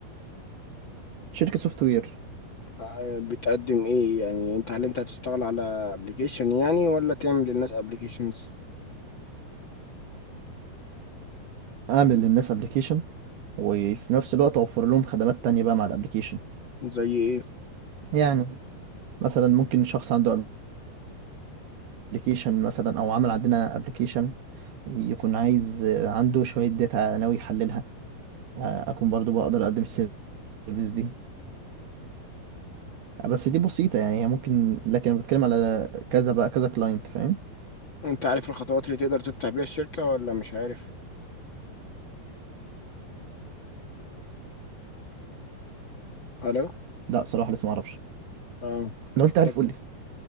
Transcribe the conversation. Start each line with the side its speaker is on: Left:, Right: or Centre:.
Right: شركه سوفت وير
Left: آه، بتقدم ايه يعني انت هل انت هتشتغل على ابلكيشن يعني ولا تعمل للناس ابلكيشنز
Right: اعمل للناس ابلكيشن وفي نفس الوقت اوفر لهم خدمات تانية بقى مع الابلكيشن
Left: زي ايه
Right: يعني مثلا ممكن شخص عنده ابلكيشن مثلا او عمل عندنا ابلكيشن يكون عايز عنده شوية داتا ناوي يحللها آه، أكون برضو بقدر أقدم السيرفيس دي آه، بس دي بسيطة يعني هي ممكن لكن أنا بتكلم على كذا بقى كذا كلاينت فاهم
Left: انت عارف الخطوات اللي تقدر تفتح بيها الشركة ولا مش عارف الو
Right: لا صراحة لسه معرفش
Left: اه كنت
Right: لو
Left: بفكر
Right: أنت عارف قولي